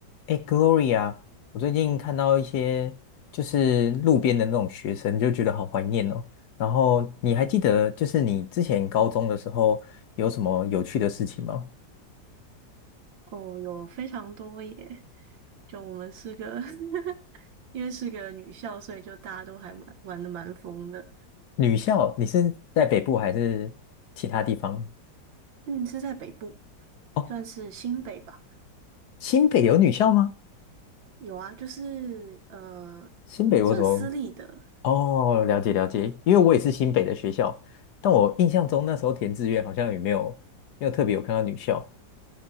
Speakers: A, on the left; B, on the right.
A: 哎，Gloria，我最近看到一些就是路边的那种学生，就觉得好怀念哦。然后你还记得就是你之前高中的时候有什么有趣的事情吗？
B: 哦，有非常多耶！就我们是个 <laughs> 因为是个女校，所以就大家都还蛮玩的蛮疯的。
A: 女校，你是在北部还是其他地方？
B: 嗯，是在北部，
A: 哦，
B: 算是新北吧。
A: 新北有女校吗？
B: 有啊，就是呃，
A: 新北我怎么？
B: 算私立的。
A: 哦，了解了解，因为我也是新北的学校，但我印象中那时候填志愿好像也没有没有特别有看到女校。